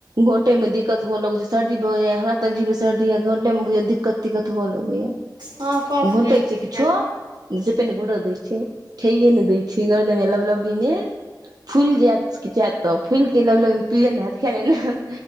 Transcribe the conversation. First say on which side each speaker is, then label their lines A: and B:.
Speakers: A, on the right; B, on the right.
A: घोंटय मे दिक्कत हुअ लगै छै। सर्दी भ जाइयैऽ हमरा त अजीबे स- दी, घोंटय मे बुझैयै दिक्कत तिक्कत हुअ लगैयैऽ।
B: हँ कफ
A: घोंटय
B: जैम गेल
A: छियै किछ्छो,
B: हैत
A: सेंपेने घोंट दै छै। खइये ने दै छै, <unintelligible> लगैयै लबलब्बीमे फूइल ज़ैत, कि जैत तब फूल के लबलब, पीले नै हैत खैले नय हैत